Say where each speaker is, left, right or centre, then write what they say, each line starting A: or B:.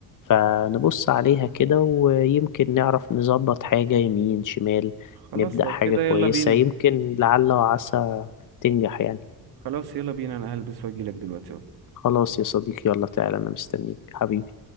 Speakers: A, on the left; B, on the right.
A: فنبص عليها كده ويمكن نعرف نظبط حاجة يمين شمال
B: خلاص
A: نبدأ
B: لو
A: حاجة
B: كده
A: كويسة
B: يلا بينا
A: يمكن لعل وعسى تنجح يعني
B: خلاص يلا بينا أنا هلبس وأجيلك دلوقتي اهو
A: خلاص يا صديقي يلا تعالى أنا مستنيك حبيبي